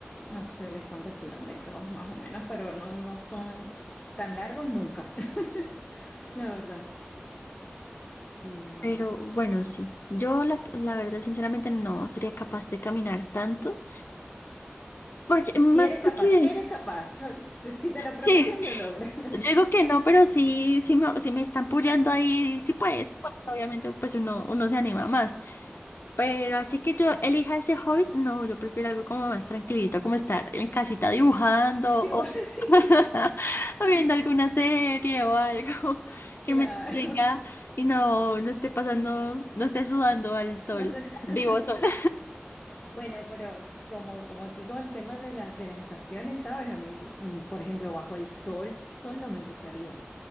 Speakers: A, on the left; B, on the left.
A: no sé de cuántos kilómetros más o menos, pero no, no son tan largos nunca, <laughs> la verdad. Sí.
B: Pero bueno, sí. Yo la, la verdad, sinceramente, no sería capaz de caminar tanto. Porque, más
A: Si eres
B: porque,
A: capaz, si eres capaz, sol- si si te lo propones,
B: sí,
A: lo logras.
B: yo digo que no, pero sí, sí me, sí me están puyando ahí. Sí puedes, obviamente, pues uno, uno se anima más. Pero así que yo elija ese hobby, no, yo prefiero algo como más tranquilito, como estar en casita dibujando
A: <laughs>
B: o,
A: Digo, <laughs>
B: <laughs>
A: sí,
B: o viendo alguna serie o algo <laughs>
A: claro.
B: que me tenga y no, no esté pasando, no esté sudando al sol,
A: No te- <laughs>
B: al vivo sol. <laughs>
A: Bueno, pero como, como aquí con el tema de la- de las estaciones, ¿sabes? A mí, mm, por ejemplo, bajo el sol, sol no me gustaría.